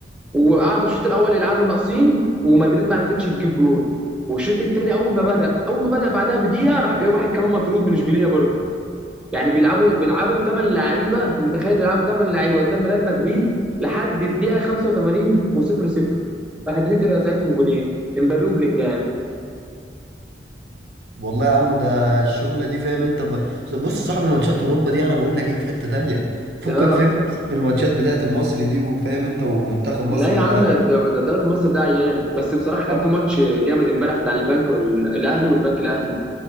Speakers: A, in the centre; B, on the right.
A: وقعدوا الشوط الاول يلعبوا ناقصين ومدريد ما عرفتش تجيب جول والشوط الثاني اول ما بدا اول ما بدا بعدها بدقيقه راح جاي واحد كمان مطرود من اشبيليه برضه يعني بيلعبوا بيلعبوا بثمان لعيبه انت متخيل بيلعبوا بثمان لعيبه قدام ريال مدريد لحد الدقيقه 85 و0 0 مدريد رزعتهم جونين امبابي وبلينجهام
B: والله يا عم ده الشغلة دي فاهم انت ب... بص صاحب ماتشات اوروبا دي انا بقول لك ايه في حتة تانية فكك
A: اه
B: فاهم بس من الماتشات بتاعت المصري دي وفاهم انت ومنتخب مصر
A: لا يا
B: والاهلي
A: عم ده ده الدوري المصري ده عيان بس بصراحه كان
B: اه،
A: في ماتش جامد امبارح بتاع البنك وال- الاهلي والبنك الاهلي